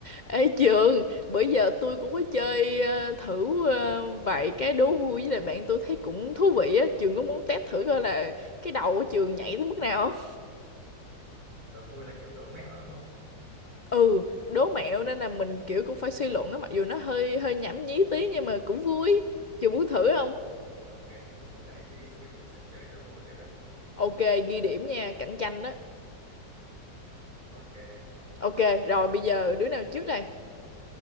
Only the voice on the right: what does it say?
đố vui là kiểu đố mẹo đúng không
ok ok thì cũng muốn giải trí ít xíu mình sẽ chơi đố vui được ạ
ok